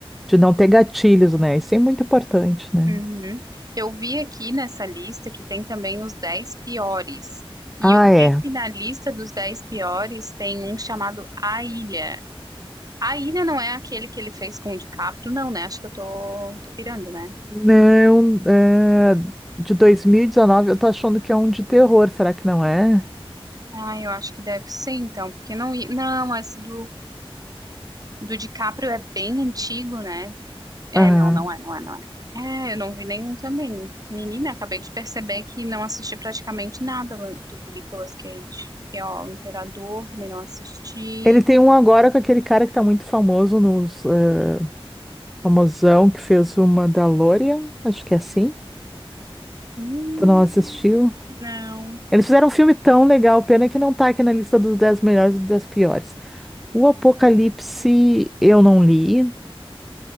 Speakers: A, in the centre; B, on the right (about 40°).
A: de não ter gatilhos, né? Isso é muito importante, né?
B: Uhum. Eu vi aqui nessa lista que tem também os 10 piores. E
A: Ah,
B: eu
A: é.
B: vi que na lista dos 10 piores tem um chamado A Ilha. A Ilha não é aquele que ele fez com o DiCaprio, não, né? Acho que eu tô, tô pirando, né?
A: Não, é, de 2019, eu tô achando que é um de terror, será que não é?
B: Ah, eu acho que deve ser, então, porque não... i- Não, esse do, do DiCaprio é bem antigo, né? É,
A: Aham.
B: não, não é, não é, não é. É, eu não vi nenhum também. Menina, acabei de perceber que não assisti praticamente nada lá do Nicolas Cage. E, ó, o Imperador também não assisti.
A: Ele tem um agora com aquele cara que tá muito famoso nos, é, famosão que fez o Mandalorian, acho que é assim.
B: Hum,
A: Tu não assistiu?
B: não,
A: Eles fizeram um filme tão legal, pena que não tá aqui na lista dos 10 melhores e dos 10 piores. O Apocalipse eu não li,